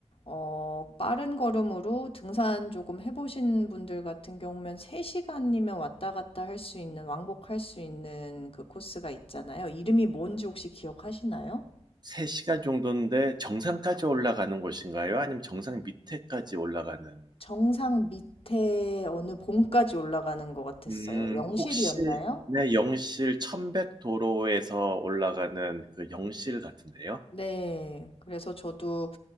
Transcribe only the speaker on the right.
3시간 정도인데 정상까지 올라가는 곳인가요? 아니면 정상 밑에까지 올라가는?
음,
혹시 네, 영실 천백 도로에서 올라가는 그 영실 같은데요?